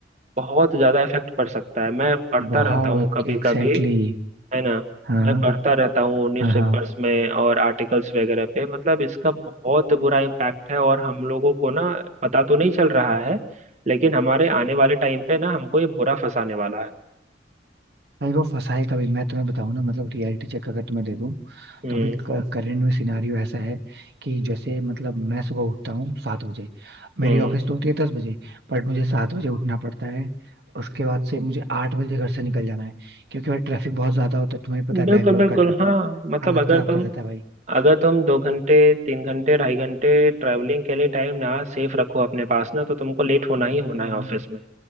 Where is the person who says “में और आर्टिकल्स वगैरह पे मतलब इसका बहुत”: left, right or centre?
Right